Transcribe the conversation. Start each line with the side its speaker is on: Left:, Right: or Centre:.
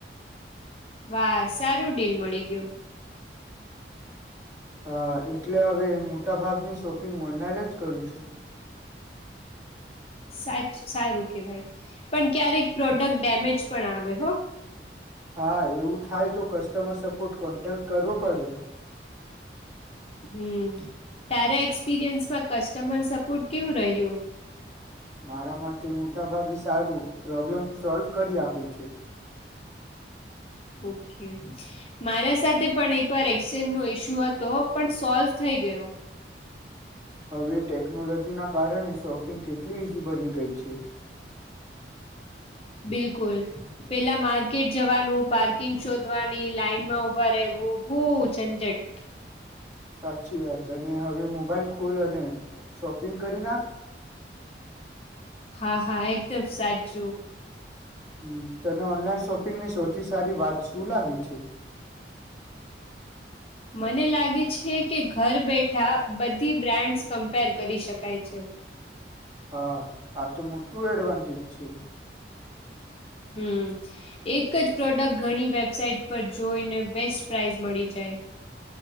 Left: વાહ સારું ડીલ મળી ગયું.
Right: હ એટલે હવે મોટા ભાગની શોપિંગ ઓનલાઈન જ કરું છું.
Left: સાચ સારું કેવાય પણ ક્યારેક પ્રોડક્ટ ડેમેજ પણ આવે હો.
Right: હા એવું થાય તો કશ કસ્ટમર સપોર્ટ કોન્ટેક્ટ કરવો પડે.
Left: હમ્મ તારા એક્સપિરિયન્સ માં કસ્ટમર સપોર્ટ કેવું રહીયુ
Right: મારા માટે મોટાભાગે સારું પ્રોબ્લેમ સોલ્વ કરી આપે છે.
Left: ઓકે મારા સાથે પણ એક વાર એક્સચેન્જ નો ઈસ્યુ હતો પણ સોલ્વ થઈ ગયો.
Right: હવે ટેકનોલોજી ના કારણે શોપિંગ કેટલી ઈઝી બની ગઈ છે.
Left: બિલકુલ પેલા માર્કેટ જવાનું પાર્કિંગ શોધવાની લાઈન માં ઉભા રહેવું બહ ઝંઝટ.
Right: સાચી વાત અને હવે મોબાઈલ. ખુલ અને. શોપિંગ કરી નાખ.
Left: હા હા એકદમ સાચું.
Right: હ તોને ઓનલાઈન શપિંગની સૌથી સારી વાત શું લાગી છે.
Left: મને લાગે છે કે ઘર બેઠા બધી બ્રાન્ડ્સ કમ્પેર કરી શકાય છે.
Right: હા આ તો મોટું એડવાન્ટેજ છે.
Left: હમ્મ એક જ પ્રોડક્ટ ઘણી વેબસાઈટ પર જોઈને બેસ્ટ પ્રઇઝ મળી જાય.